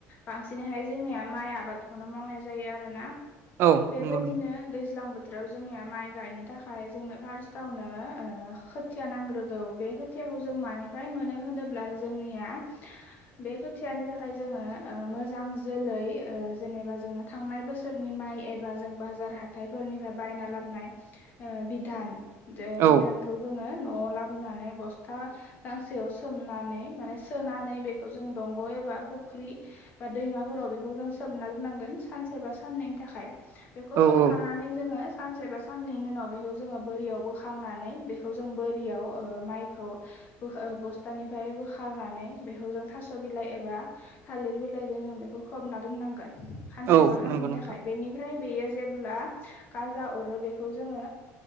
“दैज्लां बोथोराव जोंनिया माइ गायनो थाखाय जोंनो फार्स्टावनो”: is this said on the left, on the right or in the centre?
Left